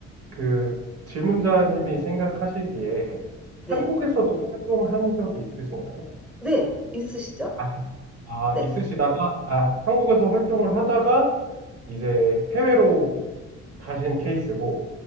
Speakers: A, on the right; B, in the centre.
A: 그 질문자님이 생각하시기에
B: 네,
A: 한국에서도 활동한 적이 있으신가요?
B: 네, 있으시죠?
A: 아시- 아,
B: 네.
A: 있으시다가, 아, 한국에서 활동을 하다가 이제 해외로 가신 케이스고,